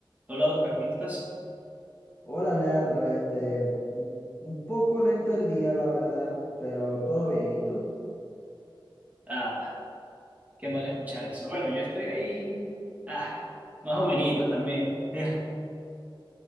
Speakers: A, on the right; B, on the left.
A: Hola Oscar, ¿cómo estás?
B: Hola Leandro, este, un, un poco lento el día, la verdad, pero todo bien. ¿Y tú?
A: Ah, qué mal escuchar eso. Bueno, yo estoy ahí, ah, más o menos también. <laughs>